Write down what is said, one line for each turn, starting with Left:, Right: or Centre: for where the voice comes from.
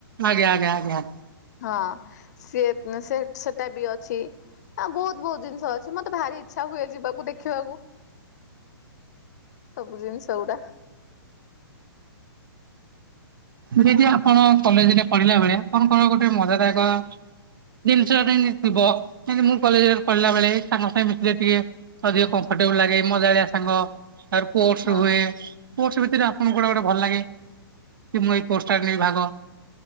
Right: ଆଜ୍ଞା ଆଜ୍ଞା ଆଜ୍ଞା।
Left: ହଁ ସିଏ ସେ ସେଟା ବି ଅଛି। ଆ ବହୁତ ବହୁତ ଜିନିଷ ଅଛି। ମତେ ଭାରି ଇଚ୍ଛା ହୁଏ ଯିବାକୁ ଦେଖିବାକୁ। ସବୁ ଜିନିଷ ଗୁଡା।
Right: ଦିଦି ଆପଣ କଲେଜରେ ପଢିଲା ବେଳେ। ଆପଣଙ୍କର ଗୋଟେ ମଜାଦାୟକ ଜିନିଷ ଏମିତିଥିବ ଯେମିତି ମୁଁ କଲେଜରେ ପଢିଲା ବେଳେ ସାଙ୍ଗ ସାଙ୍ଗେ ମିଶିଲେ ଟିକେ ଅଧିକ କମ୍ଫଟେବୁଲ ଲାଗେ ମଜାଳିଆ ସାଙ୍ଗ ତାପରେ ପୋର୍ସ
Left: ହଁ।
Right: ହୁଏ। ସ୍ପୋର୍ଟ୍ସ ଭିତରେ ଆପଣଙ୍କୁ କୋଉଟା ଭଲ ଲାଗେ। କି ମୁଁ ସ୍ପୋର୍ଟ୍ସ ରେ ନେବି ଭାଗ।